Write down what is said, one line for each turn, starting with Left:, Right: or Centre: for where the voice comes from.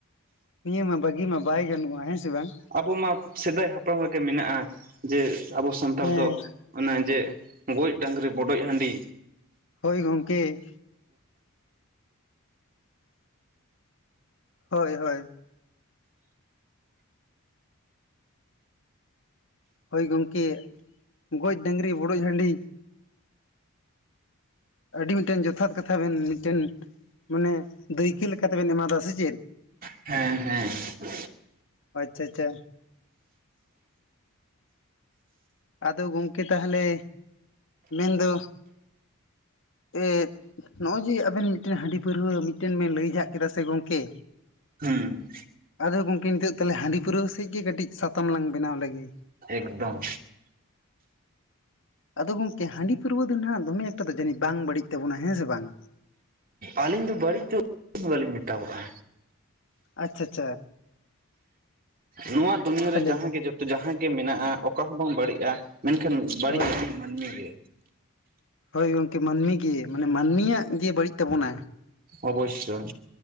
Left: ᱱᱤᱭᱟᱹ ᱢᱟ ᱵᱟᱜᱤ ᱢᱟ ᱵᱟᱭ ᱜᱟᱱᱚᱜ-ᱟ ᱦᱮᱸ ᱥᱮ ᱵᱟᱝ᱾
Right: ᱟᱵᱚ ᱢᱟ ᱥᱮᱫᱟᱭ ᱦᱟᱯᱲᱟᱢ ᱨᱮ ᱜᱮ ᱢᱮᱱᱟᱜ-ᱟ ᱡᱮ ᱟᱵᱚ ᱥᱟᱱᱛᱟᱲ
Left: ᱦᱮᱸ
Right: ᱫᱚ᱾ ᱚᱱᱟ ᱡᱮ ᱜᱚᱡ ᱰᱟᱸᱝᱨᱤ ᱵᱚᱰᱚᱡ ᱦᱟᱸᱰᱤ᱾
Left: ᱦᱳᱭ ᱜᱚᱢᱠᱮ᱾ ᱦᱳᱭ ᱦᱳᱭ᱾ ᱦᱳᱭ ᱜᱚᱢᱠᱮ ᱜᱚᱡ ᱰᱟᱹᱝᱨᱤ ᱵᱚᱰᱚᱡ ᱦᱟᱹᱰᱤ᱾ ᱟᱹᱰᱤ ᱢᱤᱜᱴᱮᱱ ᱡᱚᱛᱷᱟᱛ ᱠᱟᱛᱷᱟ ᱵᱮᱱ ᱢᱤᱜᱴᱮᱱ᱾ ᱢᱟᱱᱮ ᱫᱟᱹᱭᱠᱟᱹ ᱞᱮᱠᱟ ᱛᱮᱵᱮᱱ ᱮᱢᱟᱫᱟ ᱥᱮ ᱪᱮᱫ᱾
Right: ᱦᱮᱸ ᱦᱮᱸ ᱦᱮᱸ
Left: ᱟᱪ-ᱪᱷᱟ ᱪᱷᱟ᱾ ᱟᱫᱚ ᱜᱚᱢᱠᱮ ᱛᱟᱦᱞᱮ ᱢᱮᱱᱫᱚ ᱮᱫ᱾ ᱱᱚᱜ-ᱚᱭ ᱡᱮ ᱟᱵᱮᱱ ᱢᱤᱜᱴᱮᱱ ᱦᱟᱸᱰᱤ ᱯᱟᱹᱨᱣᱟᱹ ᱢᱤᱜᱴᱮᱱ ᱵᱮᱱ ᱞᱟᱹᱭ ᱡᱷᱟᱜ ᱠᱮᱫᱟ ᱥᱮ ᱜᱚᱢᱠᱮ᱾
Right: ᱦᱩᱸ
Left: ᱟᱫᱚ ᱜᱚᱢᱠᱮ ᱱᱤᱛᱚᱜ ᱛᱟᱞᱦᱮ ᱦᱟᱸᱰᱤ ᱯᱟᱹᱨᱣᱟᱹ ᱥᱮᱡ ᱜᱮ ᱠᱟᱹᱴᱤᱡ ᱥᱟᱛᱟᱢ ᱞᱟᱝ ᱵᱮᱱᱟᱣ ᱞᱮᱜᱮ᱾
Right: ᱮᱠᱫᱚᱢ᱾
Left: ᱟᱫᱚ ᱜᱚᱢᱠᱮ ᱦᱟᱸᱰᱤ ᱯᱟᱹᱨᱣᱟᱹ ᱫᱚ ᱱᱷᱟᱜ ᱫᱚᱢᱮ ᱮᱠᱴᱟ ᱫᱚ ᱡᱟᱹᱱᱤᱡ ᱵᱟᱝ ᱵᱟᱹᱲᱤᱡ ᱛᱟᱵᱚᱱᱟ ᱦᱮᱸ ᱥᱮ ᱵᱟᱝ᱾
Right: ᱟᱞᱤᱧ ᱫᱚ ᱵᱟᱹᱲᱤᱡ ᱫᱚ <unintelligible> ᱵᱟᱞᱤᱧ ᱢᱮᱛᱟᱣᱟᱜ-ᱟ᱾
Left: ᱟᱪᱪᱷᱟ ᱪᱷᱟ᱾
Right: ᱱᱚᱣᱟ ᱫᱩᱱᱭᱟᱹᱨᱮ
Left: ᱛᱟᱦᱚᱞᱮ
Right: ᱡᱟᱸᱦᱟᱜᱮ ᱡᱚᱛ ᱡᱟᱸᱦᱟ ᱜᱮ ᱢᱮᱱᱟᱜ-ᱟ ᱚᱠᱟ ᱦᱚᱸ ᱵᱟᱝ ᱵᱟᱲᱤᱡ-ᱟ ᱢᱮᱱᱠᱷᱟᱱ ᱵᱟᱲᱤᱡ᱾
Left: ᱦᱳᱭ
Right: ᱢᱟᱹᱱᱢᱤ ᱜᱮ᱾
Left: ᱦᱳᱭ ᱜᱚᱢᱠᱮ ᱢᱟᱱᱢᱤ ᱜᱮ ᱢᱟᱱᱮ ᱢᱟᱱᱢᱤᱭᱟᱜ ᱜᱮ ᱵᱟᱹᱲᱤᱡ ᱛᱟᱵᱚᱱᱟ᱾
Right: ᱚᱵᱚᱥᱥᱳᱭ᱾